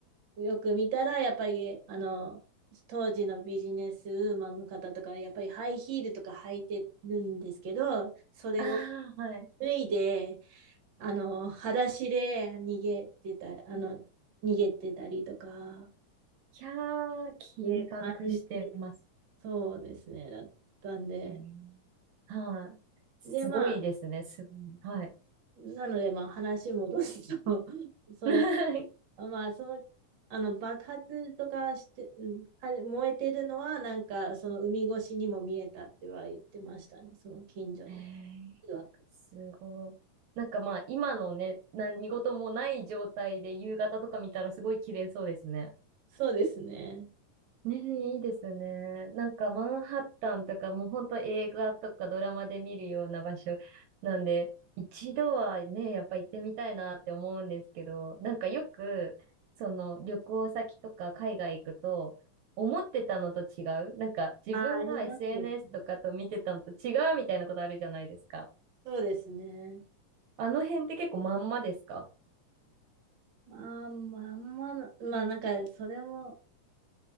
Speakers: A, on the right (about 55°); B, on the right (about 75°).
A: よく見たら、やっぱり、あの、当時のビジネスウーマンの方とか、やっぱりハイヒールとか履いてるんですけど、それを
B: あー、はい。い
A: 脱いで、あの、裸足で逃げてた、あの、逃げてたりとか、
B: やー、緊迫してます。
A: ね感じそうですね、だったんで。
B: えーはい。すごいですね、
A: で、まあ、
B: すごい。はい。
A: なので、まあ、話戻すと、<laughs> それ
B: <laughs>
A: まあ、その、あの、爆発とかして、うん、は燃えてるのは、なんか、その海越しにも見えたっては言ってましたね、その近所の
B: へえすごい。
A: 曰く。
B: なんかまあ、今のね、何事もない状態で夕方とか見たらすごい綺麗そうですね。
A: そうですね。
B: ねえ、いいですね。なんかマンハッタンとかもうほんと映画とかドラマで見るような場所なんで、一度はね、やっぱ行ってみたいなって思うんですけど、なんかよく、その旅行先とか海外行くと、思ってたのと違う。なんか自分が
A: あ、ありますよね。
B: SNS とかと見てたのと違うみたいなことあるじゃないですか。
A: そうですね。
B: あの辺って結構まんまですか
A: まあ、まあ、あまあ、まあ、なんか、それも、